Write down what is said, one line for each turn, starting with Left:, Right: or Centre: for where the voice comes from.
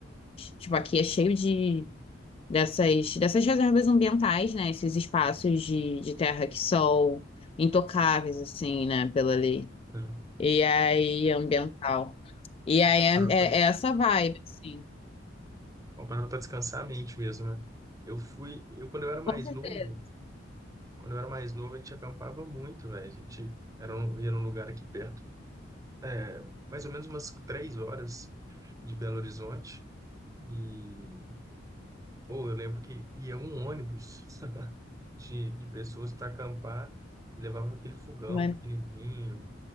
Left: tipo, aqui é cheio de dessas, dessas reservas ambientais, né? Esses espaços de, de terra que são intocáveis, assim, né? Pela lei.
Right: Uhum.
Left: E aí, ambiental. E aí, é,
Right: Parada
Left: é-
Right: pra
Left: é essa vibe, assim.
Right: uma parada pra descansar a mente mesmo, né? Eu fui... Eu, quando eu era mais
Left: Com certeza.
Right: novo... Quando eu era mais novo, a gente acampava muito, velho. A gente era um, ia num lugar aqui perto é, mais ou menos umas três horas de Belo Horizonte. E, pô, eu lembro que ia um ônibus <laughs> de, de pessoas para acampar e levava aquele fogão
Left: né?
Right: pequenininho.